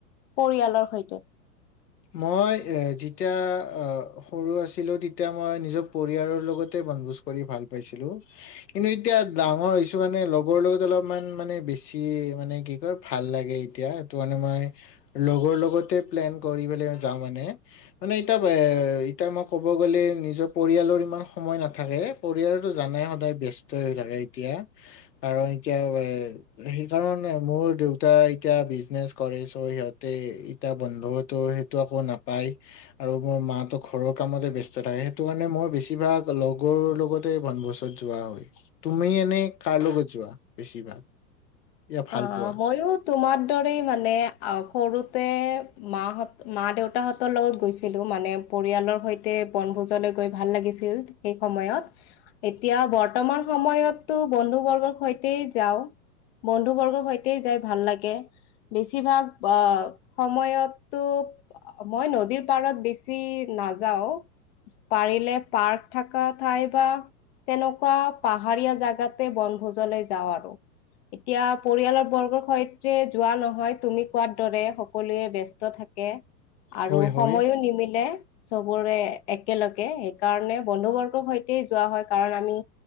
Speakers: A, on the left; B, on the left.
A: পৰিয়ালৰ সৈতে?
B: মই যেতিয়া সৰু আছিলো, তেতিয়া মই নিজৰ পৰিয়ালৰ লগতে বনভোজ কৰি ভাল পাইছিলো। কিন্তু এতিয়া ডাঙৰ হৈছো কাৰণে লগৰ লগত অলপমান মানে বেছি মানে কি ভাল লাগে এতিয়া, টো মানে মই লগৰ লগতে প্লেন কৰি পেলাই যাওঁ মানে। মানে এতিয়া, এতিয়া মই ক'ব গ'লে নিজৰ পৰিয়ালৰ ইমান সময় নাথাকে। পৰিয়ালতো জনয়ে সদায় ব্যস্তই হৈ থাকে এতিয়া, কাৰণ এতিয়া সেইকাৰণ, মোৰ দেউতা এতিয়া বিজনেচ কৰে চ' সিহঁতে ইতিয়া বন্ধতো, সেইটো একো নাপায়। আৰু মোৰ মাহটৰ ঘৰৰ কামতে ব্যস্ত থাকে, সেইটো কাৰণে মই বেছিভাগ লগৰ লগতে বনভোজ যোৱা হয়, তুমি এনে কাৰ লগত যোৱা বেছিভাগ? ইয়া ভাল
A: অ',
B: পোৱা
A: মইয়ো তোমাৰ দৰেই মানে সৰুতে মাহঁত, মা দেউতাহঁতৰ লগত গৈছিলোঁ, মানে পৰিয়ালৰ সৈতে বনভোজলৈ গৈ ভাল লাগিছিল। সেই সময়ত, এতিয়া বৰ্তমান সময়তো বন্ধু বৰ্গৰ সৈতে যাওঁ। বন্ধুবৰ্গৰ সৈতে যাই ভাল লাগে। বেছিভাগ আহ সময়তো মই নদীৰ পাৰত বেছি নাযাও। পাৰিলে পাৰ্ক থাকা ঠাই বা তেনেকুৱা পাহাৰীয়া জাগাতে বনভোজলে যাওঁ আৰু। এতিয়া পৰিয়ালৰ বৰ্গৰ সৈতে যোৱা নহয় তুমি কোৱাৰ দৰে, সকলোৱে ব্যস্ত থাকে। আৰু
B: হয় হয়
A: সময়ো নিমিলে চবৰে একেলগে, সেই কাৰণে বন্ধু বৰ্গ সৈতে তে, যোৱা হয়, কাৰণ আমি